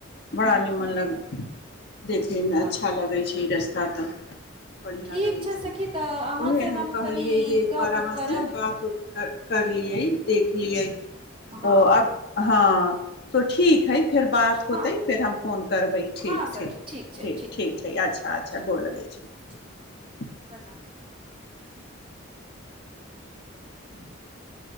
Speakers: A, on the left; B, on the right.
A: बड़ा
B: हूँ
A: निमन लग देखैमे
B: हँ
A: अच्छा लगै छै रास्ता तऽ बढ़िआँ
B: ठीक
A: लगै छै
B: सखी तऽ अहाँ
A: उएहे
B: से
A: हम कहलियै
B: तनी
A: जे एक
B: गप
A: बार अहाँसँ
B: करब
A: बात उत कर करलियए देखलियए तो
B: हँ
A: अ हँ तऽ ठीक हइ फेर बात होतै
B: हँ
A: फेर हम फोन करबै ठीक
B: हँ सखी
A: ठीक
B: छै
A: ठीक ठीक छै अच्छा अच्छा
B: चल
A: गोर लगै छै
B: ठीक प्रणाम <inaudible>